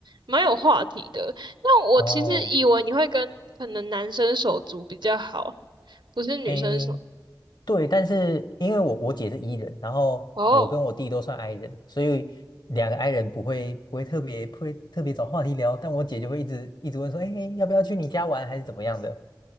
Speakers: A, on the right; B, on the left.
A: 蛮有话题的。那我其实以为你会跟可能男生手足比较好，
B: 哦，
A: 不是女生手。
B: 诶，对，但是因为我我姐是 E 人，然后我跟我弟都算
A: 哦
B: I 人，所以两个 I 人不会不会特别不会特别找话题聊，但我姐就会一直一直问说，哎，要不要去你家玩，还是怎么样的？